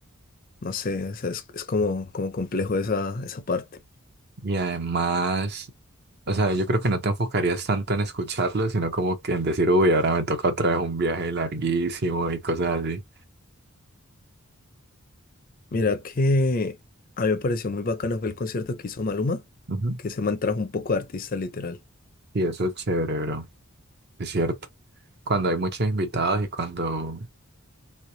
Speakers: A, on the left; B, on the right.
A: no sé, o sea, es, es como, como complejo esa, esa parte.
B: Y además, o sea, yo creo que no te enfocarías tanto en escucharlo, sino como que en decir, uy, ahora me toca otra vez un viaje larguísimo y cosas así.
A: Mira que a mí me pareció muy bacano fue el concierto que hizo Maluma,
B: Ujú.
A: que se man trajo un poco de artista literal.
B: Y eso es chévere, bro. Es cierto. Cuando hay muchos invitados y cuando,